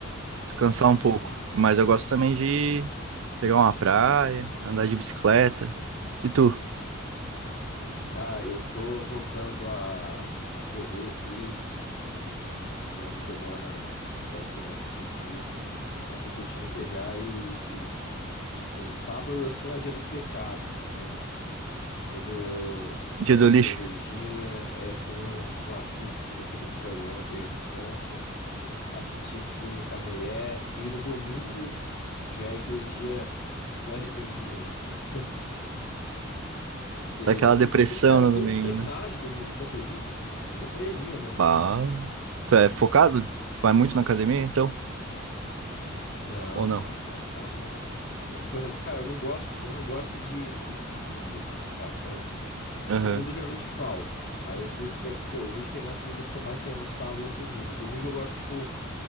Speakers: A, on the right; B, on the left.
A: Descansar
B: É,
A: um pouco. Mas eu gosto também de pegar uma praia, andar de bicicleta. E tu?
B: cara, eu tô voltando a, a correr aqui, que- né? Eu vou ter morar na, na cidade que eu nasci aqui. Aí eu tô curtindo pegar e, e, tipo, sábado, assim, é o dia dos pecados, assim, né? Dia do
A: Dia
B: tomar
A: do
B: uma
A: lixo?
B: cervejinha, é, comer um- uma pizza, comer aquele padrão de responsa, assistir filme com a mulher e no domingo já é aquele dia do arrependimento, né? Cê-
A: Daquela
B: eu,
A: depressão
B: eu curto, cara,
A: no
B: eu curto
A: domingo,
B: treinar
A: né?
B: de domingo, você acredita? Fazer academia mesmo.
A: Bah. Tu é focado? Tu vai muito na academia,
B: Hum.
A: então?
B: Não,
A: Ou não?
B: não, não sou focado, não. Eu não go- Por exemplo, cara, eu não gosto, eu não gosto de ir de segunda, assim, sabe? Então,
A: Aham.
B: Segunda eu geralmente falto. Aí eu curto, pe- pô, em vez de treinar segunda, eu sou mais treinar no sábado e no domingo. Domingo eu gosto, tipo,